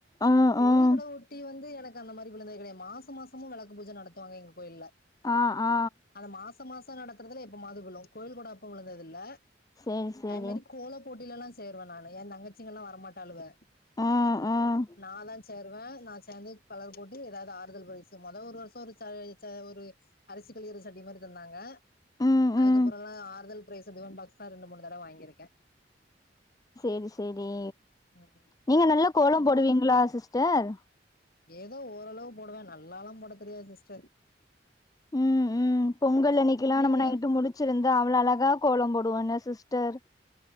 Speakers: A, on the left; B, on the left.
A: ஆ
B: கோயில்
A: ஆ
B: கடவுட் ட்டி வந்து எனக்கு அந்த மாரி விழுந்தது கெடையாது மாச மாசமு வெளக்கு பூஜ நடத்துவாங்க எங்க கோயில்ல
A: ஆ ஆ
B: அந்த மாச மாச நடத்துறதுல எப்பமாது விழு கோயில் கூட அப்ப விழுந்ததில்ல
A: சேரி சேரி
B: அதே மாரி கோல போட்டிலல்லா சேருவே நானு எ தங்கச்சிங்கலா வரமாட்டாளுக
A: ம் ம்
B: நா தா சேருவ நா சேந்து கலர் போட்டு எதாவது ஆறுதல் பரிசு மொத ஒரு வருஷ ஒரு ச ச ஒரு அரிசி கழுவுற சட்டி மாரி தந்தாங்க
A: ம்
B: அதுக்கப்றமா
A: ம்
B: ஆறுதல் ப்ரைஸ் டிபன் பாக்ஸ்தா ரெண்டு மூணு தடவ வாங்கிருக்க
A: செரி செரி
B: ம்
A: நீங்க நல்லா கோலம்
B: அப்புறோ
A: போடுவீங்களா சிஸ்டர்
B: ஏதோ ஓரளவு போடுவே நல்லாலா போட தெரியாது சிஸ்டர்
A: ம் ம் பொங்கல் அன்னிக்குலா
B: நீங்க
A: நம்ம நைட்டு முழிச் ச்சிருந்து அவ்ளோ அழகா கோல போடுவோல சிஸ்டர்